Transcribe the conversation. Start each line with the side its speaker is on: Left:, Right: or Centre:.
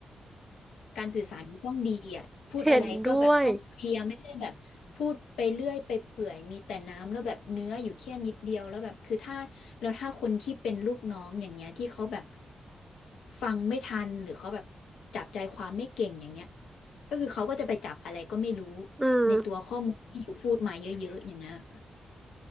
Left: การสื่อสารมันต้องดีอ่ะพูดอะไรก็แบบต้องเคลียร์ไม่ได้แบบพูดไปเรื่อยไปเปื่อยมีแต่น้ำแล้วแบบเนื้ออยู่แค่นิดเดียวแล้วแบบคือถ้าแล้วถ้าคนที่เป็นลูกน้องอย่างเงี้ยที่เขาแบบ
Right: เห็นด้วย
Left: ฟังไม่ทันหรือเขาแบบจับใจความไม่เก่งอย่างเงี้ยก็คือเขาก็จะไปจับอะไรก็ไม่รู้
Right: อืม
Left: ในตัวข้อมูลที่อยู่พูดมาเยอะๆอย่างเงี้ยค่ะ